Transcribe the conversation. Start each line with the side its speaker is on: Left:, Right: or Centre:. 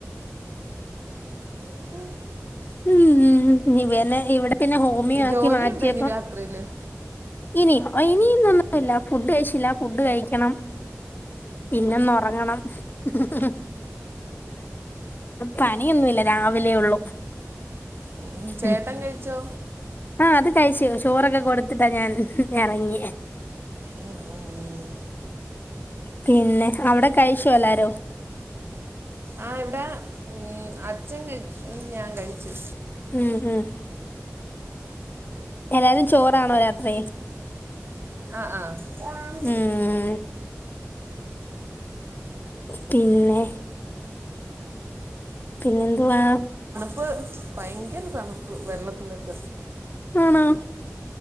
Right: ഉം
Left: ഉം ഉം ഇവനെ ഇവിടെ പിന്നെ ഹോമിയോ ആക്കി
Right: ജോലിയുണ്ടോ
Left: മാറ്റിയപ്പം
Right: ഇനി രാത്രിയില്
Left: ഇനി ഇനീന്നൊന്നും ഇല്ല ഫുഡ് കഴിച്ചില്ല ഫുഡ് കഴിക്കണം. പിന്നൊന്നൊറങ്ങണം <unintelligible> പണിയൊന്നു ഇല്ല രാവിലെ ഒള്ളൂ
Right: ഉം, ചേട്ടൻ
Left: ഇം
Right: കഴിച്ചോ
Left: ആ അത് കഴിച്ച് ചോറൊക്കെ കൊടുത്തിട്ടാ ഞാൻ എറങ്ങിയേ
Right: ഉം ഉം ഉം.
Left: പിന്നെ അവിടെ കഴിച്ചോ എല്ലാരും
Right: ആ ഇവിടെ ഉം അ ച്ഛൻ കഴിച്ചു ഞാൻ കഴിച്ചു
Left: ഉം ഉം എല്ലാരും ചോറാണോ രാത്രി
Right: അ ആ ഉ
Left: ഉം പിന്നെ പിന്നെ വാ
Right: തണുപ്പ് ഭയങ്കര തണുപ്പ് വെള്ളത്തിനൊക്ക
Left: ആണോ